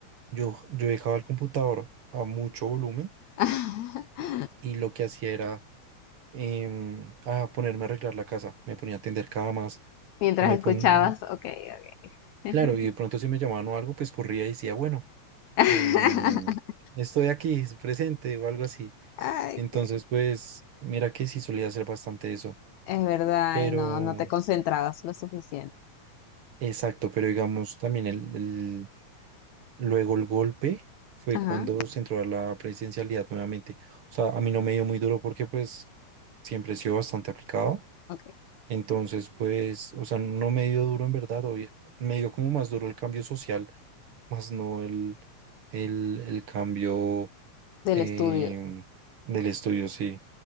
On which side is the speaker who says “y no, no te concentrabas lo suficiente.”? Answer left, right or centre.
Left